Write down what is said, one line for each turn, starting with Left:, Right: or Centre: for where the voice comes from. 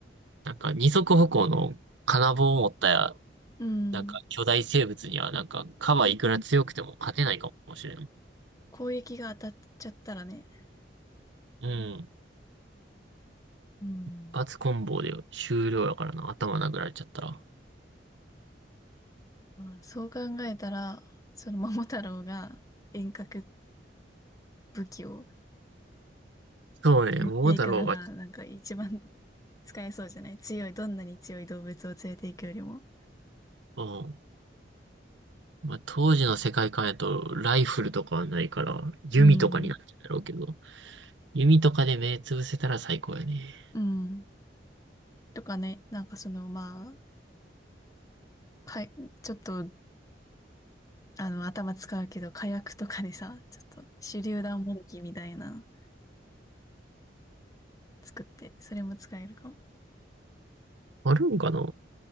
Right: なんか二足歩行の金棒を持ったや、
Left: うん。
Right: なんか巨大生物にはなんかカバいくら強くても勝てないかもしれん。
Left: 攻撃が当たっちゃったらね。
Right: うん。
Left: うん。
Right: 一発コンボで終了やからな。頭殴られちゃったら。
Left: まあ、そう考えたら、その桃太郎が遠隔武器を
Right: そうね、
Left: 持っていくのが、
Right: 桃太郎が、
Left: なんか一番使えそうじゃない強い、どんなに強い動物を連れていくよりも。
Right: うん。まあ、当時の世界観やとライフルとかはないから、弓とかになっちゃうんだろうけど、
Left: うん。
Right: 弓とかで目つぶせたら最高やね。
Left: うん。とかね、なんかその、まあ、かい、ちょっと、あの、頭使うけど、火薬とかでさ、ちょっと手榴弾もどきみたいなの作って、それも使えるかも。
Right: あるんかな